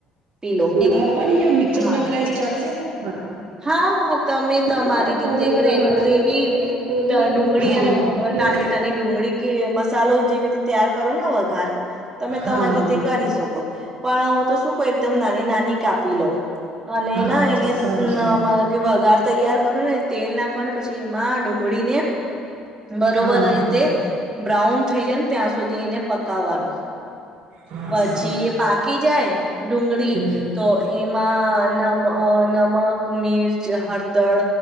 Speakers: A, on the right; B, on the right.
A: કાપી લો
B: કાપવાની મિક્ચર
A: હા
B: માં ક્રેશ ચાલશે. હા
A: હા હા તમે
B: હા
A: તમારી
B: હા
A: રીતે
B: તમે
A: ગ્રે
B: તમારી
A: ગ્રેવી
B: રીતે ગ્રેવી
A: ડુંગળી
B: ડુંગળી
A: અને ટામેટાની
B: અને
A: ડુંગળી કે. મસાલો જેવી રીતે તૈાર કરો ને વઘાર. તમે
B: હા
A: તમારી
B: હા
A: રીતે કરી શકો પણ હું તો શું કહું એકદમ નાની નાની. કાપી લો. હ નના
B: હા અચ્છા
A: એને.
B: સારું સારું
A: ના મને કે વઘાર તૈયાર કરો ને તેલ નાખ. પણ અને પછી એમાં ડુંગળીને બરોબર
B: હા હા
A: રીતે
B: હા
A: બ્રાઉન થઈ જાય ને ત્યાં સુધી એને પકાવવાનું.
B: હા
A: પછી
B: સારું
A: એ પાકી જાય ડુંગળી
B: હમ
A: તો એમાં નમ અ નમ. નમક મિર્ચ હળદર